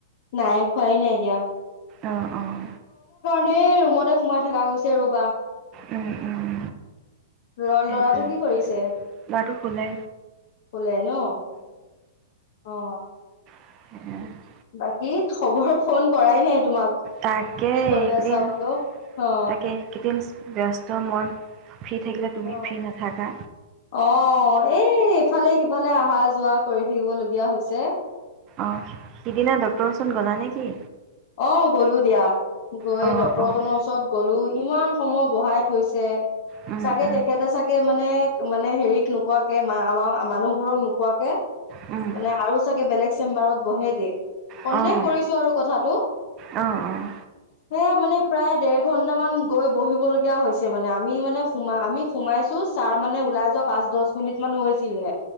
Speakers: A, on the left (about 60°); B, on the right (about 35°).
A: নাই খোৱাই নাই দিয়া এতিয়া
B: অঁহ অঁহ
A: গোটেই ৰুমতে সোমাই থকা গৈছে ৰবা
B: উম উম
A: ল'ৰা
B: সেইটোৱে
A: লৰাটো কি কৰিছে
B: ল'ৰাটো শুলে
A: কলে ন অ অ
B: উম।
A: বাকী খবৰ ফোন কৰাই নাই তোমাক
B: তাকে
A: কি কৰি
B: এইকেইদিন
A: আছা বোলো অ
B: তাকে এইকেইদিন ব্যস্ত মই ফ্ৰী থাকিলে তুমি
A: অ
B: ফ্ৰী নাথাকা
A: অ এই ইফালে সিফালে আহা যোৱা কৰি থাকিবলগীয়া হৈছে
B: অহ সেইদিনা ডক্টৰচোন গ'লা নেকি
A: অ গ'লো দিয়া গৈ
B: অ',
A: ডক্তৰজনৰ
B: অ',
A: ওচৰত গলো ইমান সময় বঢ়াই থ থৈছে
B: উম,
A: চাগে
B: উম,
A: তেখেতে চাগে মানে মানে হেৰিক নোকোৱাকে মা আমাৰ মানুহবোৰক নোকোৱাকে
B: উম,
A: মানে আৰু চাগে বেলেগ চেম্বাৰত বহেগে সন্দেহ
B: অ',
A: কৰিছো আৰু কথাটো
B: অ', অ', অ', অ',
A: হে মানে প্ৰায় দেৰ ঘন্ট মান গৈ বহিব লগীয়া হৈছে মানে আমি মানে সোমা আমি সোমাইছো ছাৰ মানে ওলাই যোৱা পাঁচ দহ মিনিট মান হৈছিলে